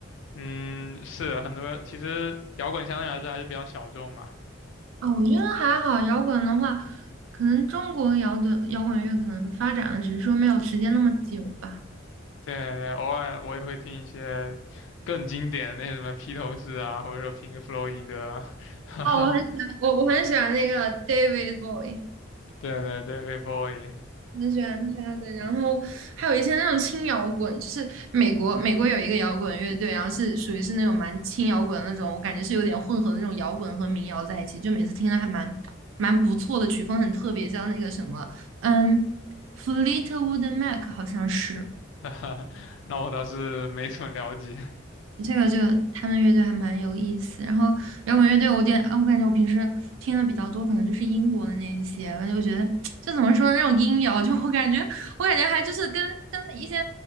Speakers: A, on the left; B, on the right.
A: 嗯，是很多，其实摇滚相对来说还是比较小众嘛，
B: 啊、我觉得还好。摇滚的话，可能中国摇滚摇滚乐可能发展的只是说没有时间那么久吧。
A: 对对，偶尔我也会听一些更经典的那些什么披头士啊，或者说 Pink Floyd 啊，<laughs> 哈哈
B: 哦，我很喜欢我我很喜欢那个 David Bowie，
A: 对对对，David Bowie，
B: 很喜欢他的。然后还有一些那种轻摇滚，就是美国美国有一个摇滚乐队，然后是属于是那种蛮轻摇滚的那种，我感觉是有点混合那种摇滚和民谣在一起，就每次听的还蛮蛮不错的，曲风很特别，像那个什么，嗯，Fleetwood Mac 好像是。
A: <laughs> 哈哈那我倒是没什么了解，
B: 这个这个他们乐队还蛮有意思，然后摇滚乐队我点啊，我感觉我平时听的比较多，可能就是英国的那一些，而且我觉得就怎么说呢，那种音摇，就我感觉我感觉还就是跟跟一些